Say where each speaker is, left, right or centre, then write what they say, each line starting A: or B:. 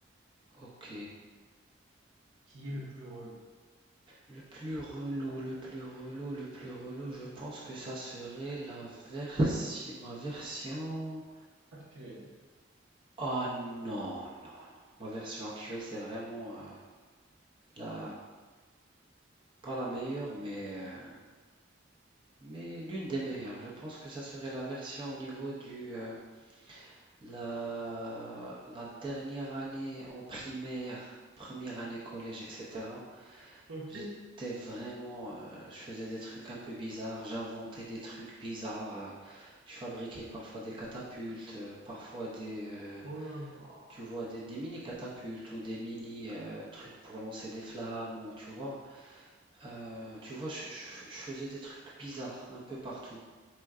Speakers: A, on the right (about 25°); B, on the right (about 85°).
A: ok.
B: Qui est le plus relou?
A: Le plus relou, le plus relou, le plus relou, je pense que ça serait la version, ma version.
B: Actuel. <laughs>
A: Oh non, non, non. Ma version actuelle, c'est vraiment euh, la, pas la meilleure, mais euh, Mais l'une des meilleures, je pense que ça serait la version au niveau du euh, la, la dernière année en primaire, première année collège, etc.
B: Ok.
A: J'étais vraiment, euh, je faisais des trucs un peu bizarres, j'inventais des trucs bizarres, euh, je fabriquais parfois des catapultes, euh, parfois des, euh,
B: Oh là là.
A: tu vois, des, des mini catapultes ou des mini euh, trucs pour lancer des flammes ou tu vois, Euh, tu vois, je je- je faisais des trucs bizarres un peu partout.